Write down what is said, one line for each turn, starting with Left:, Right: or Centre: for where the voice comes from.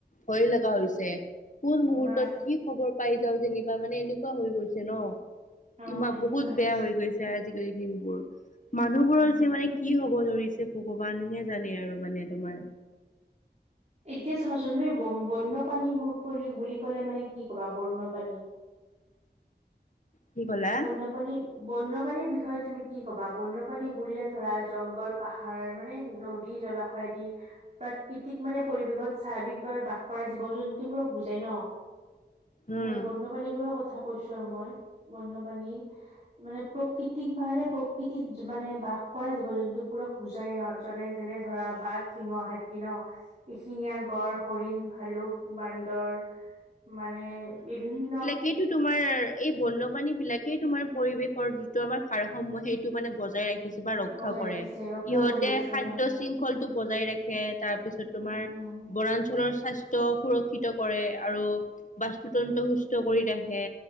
Left: ভয় লগা হৈছে, কোন মুহূৰ্তত
Right: হয়
Left: কি খবৰ পাই যাওঁ যেনিবা মানে এনেকুৱা হৈ গৈছে ন,
Right: অ
Left: ইমা
Right: সেনেকুৱা
Left: বহুত
Right: হৈছে
Left: বেয়া হৈ গৈছে <unintelligible> আজিকালি দিনবোৰ। মানুহবোৰৰ
Right: উম
Left: যে মানে কি হ'ব ধৰিছে ভগৱানহে জানে আৰু মানে তোমাৰ।
Right: এতিয়া চাবাচোন তুমি ব বন্যপ্ৰাণীৰ বুলি ক'লে মানে কি ক'বা বন্যপ্ৰাণী।
Left: কি ক'লা?
Right: বন্যপ্ৰাণী বন্যপ্ৰাণীৰ বিষয়ে তুমি কি ক'বা বন্যপ্ৰাণী বুলিলে ধৰা জংঘল, পাহাৰ মানে নদী জলাশ হয় দি প্ৰাকৃতিক মানে পৰিৱেশত স্বাৱিকভাৱে বাস কৰা জীৱ জন্তুবোৰক বুজাই ন।
Left: উম।
Right: মানে বন্যপ্ৰাণীবোৰৰ কথা কৈছো আৰু মই, বন্যপ্ৰাণী। মানে প্ৰকৃতিক মাহেৰে প্ৰকৃতিত মানে বাস কৰা জীৱ জন্তুবোৰক বুজাই জনে যেনে ধৰা বাঘ শিঙ হাতী ন। এশিঙীয়া গড়, হৰিণ, ভালুক, বান্দৰ। মানে বিভিন্ন
Left: সেইটো তোমাৰ এই বন্যপ্ৰাণীবিলাকেই তোমাৰ পৰিৱেশৰ যিটো আমাৰ ভাৰসাম্য সেইটো মানে বজাই <unintelligible> ৰক্ষা
Right: বজাই
Left: কৰে,
Right: ৰাখিছে ৰক্ষা
Left: ইহঁতে
Right: কৰি আহিছে
Left: খাদ্য
Right: হয় হয়
Left: শৃংখল <unintelligible> বজাই ৰাখে তাৰপিছত তোমাৰ
Right: উম উম
Left: বনাঞ্চলৰ স্বাস্থ্য সুৰক্ষ <unintelligible> কৰে আৰু বাস্তুতন্ত্ৰ সুস্থ কৰি ৰাখে,